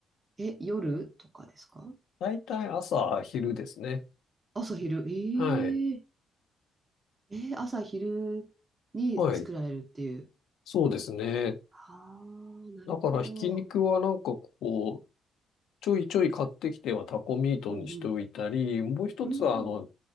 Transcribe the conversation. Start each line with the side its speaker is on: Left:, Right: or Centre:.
Right: え、夜とかですか
Left: 大体朝、昼ですね。
Right: 朝昼。
Left: はい。
Right: えええー朝昼に作られるっていう。
Left: はい。そうですね。
Right: ああ、なるほど。
Left: だから、ひき肉はなんかこう、ちょいちょい買ってきてはタコミートにしておいたり、
Right: うん
Left: もう一つはあの、
Right: うん。うん。